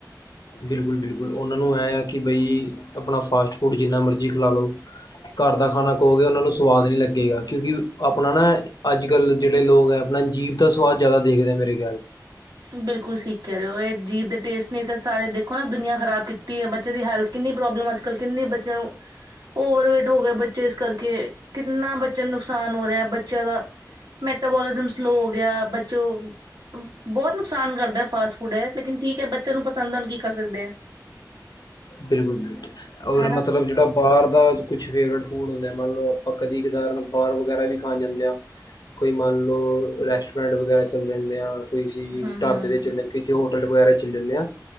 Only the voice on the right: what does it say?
ਬਿਲਕੁਲ ਠੀਕ ਕਹਿ ਰਹੇ ਹੋ ਇਹ ਜੀਭ ਦੇ ਟੇਸਟ ਨੇ ਤਾਂ ਸਾਰੇ ਦੇਖੋ ਨਾ ਦੁਨੀਆਂ ਖ਼ਰਾਬ ਕੀਤੀ ਹੈ ਬੱਚੇ ਦੀ ਹੈਲਥ ਕਿੰਨੀ ਪ੍ਰੋਬਲਮ ਅਜ ਕਲ੍ਹ ਕਿਨੇ ਬੱਚਿਆਂ ਨੂੰ। ਓਵਰਵੇਟ ਹੋ ਗਏ ਬੱਚੇ ਇਸ ਕਰਕੇ ਕਿੰਨਾ ਬੱਚਾ ਨੁਕਸਾਨ ਹੋ ਰਿਹਾ ਬੱਚਿਆਂ ਦਾ। ਮੈਟਾਬੋਲਿਜ਼ਮ ਸਲੋਅ ਹੋ ਗਿਆ ਬੱਚੋ- ਬਹੁਤ ਨੁਕਸਾਨ ਕਰਦਾ ਫਾਸਟ ਫੂਡ ਹੈ ਲੇਕਿਨ ਠੀਕ ਹੈ ਬੱਚੇ ਦਾ ਕੀ ਕਰ ਸਕਦੇ ਆ।
ਹਨਾ।
ਹੂੰ-ਹੂੰ,